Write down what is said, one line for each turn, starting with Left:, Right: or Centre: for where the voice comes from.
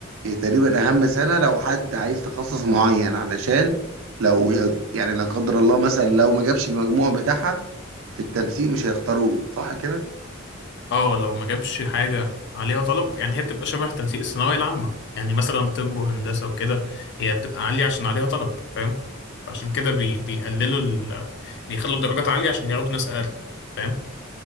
Right: هي تقريبا اهم سنه لو حد عايز تخصص معين علشان لو ي- يعني لا قدر الله مثلا لو ما جابش المجموع بتاعها في التنسيق مش هيختاروه صح كده
Left: اه لو ما جابش حاجة عليها طلب يعني هي بتبقى شبه تنسيق الثانوية العامة يعني مثلا طب وهندسة وكده هي بتبقى عالية عشان عليها طلب فاهم فعشان كده بي بيقللوا ال... بيخلوا الدرجات عالية عشان ياخدوا ناس أقل فاهم